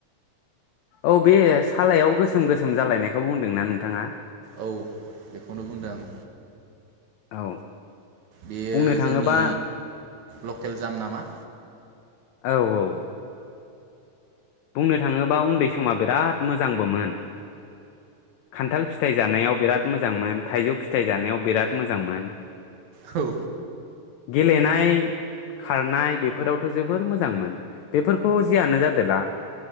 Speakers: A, on the left; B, on the right.
A: औ बे सालायाव गोसोम गोसोम जालायनायखौ बुंदोंना नोंथाङा?
B: औ बेखौनो बुंदों आं।
A: औ
B: बेयो
A: बुंनो थाङोबा
B: जोंनि लकेल जाम नामा?
A: औ औ बुंनो थाङोबा उनदै समा बिराद मोजांबोमोन खानथाल फिथाइ जानायाव बिराद मोजांमोन थाइजौ फिथाइ जानायाव बिराद मोजांमोन।
B: औ
A: गेलेनाय खारनाय बेफोरावथ जोबोर मोजांमोन। बेफोरखौ जादोला